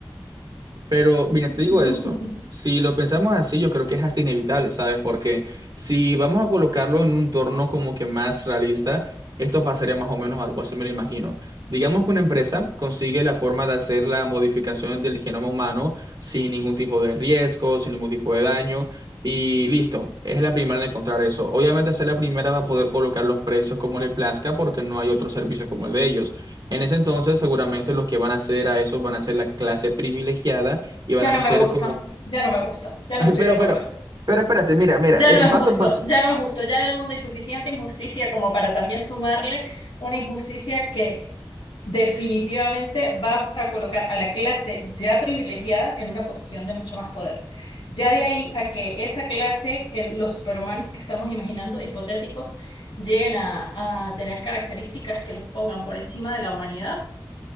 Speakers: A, on the right; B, on the left.
A: Pero mira,
B: <laughs>
A: te digo esto, si lo pensamos así, yo creo que es hasta inevitable, ¿sabes? Porque si vamos a colocarlo en un entorno como que más realista, esto pasaría más o menos, a- o así me lo imagino. Digamos que una empresa consigue la forma de hacer la modificación del genoma humano sin ningún tipo de riesgo, sin ningún tipo de daño, y listo, es la primera en encontrar eso. Obviamente, ser la primera va a poder colocar los precios como le plazca porque no hay otro servicio como el de ellos. En ese entonces, seguramente los que van a acceder a eso van a ser la clase privilegiada y van
B: Ya
A: a
B: no me
A: ser
B: gusta,
A: como...
B: ya no me gusta, ya no
A: <laughs>
B: estoy
A: Pero,
B: de acuerdo.
A: pero, pero espérate, mira, mira,
B: Ya
A: el
B: no es
A: paso
B: justo,
A: a paso.
B: ya no es justo, ya en el mundo hay suficiente injusticia como para también sumarle una injusticia que definitivamente va a colocar a la clase ya privilegiada en una posición de mucho más poder. Ya de ahí a que esa clase, el- los superhumanos que estamos imaginando, hipotéticos, lleguen a, a tener características que los pongan por encima de la humanidad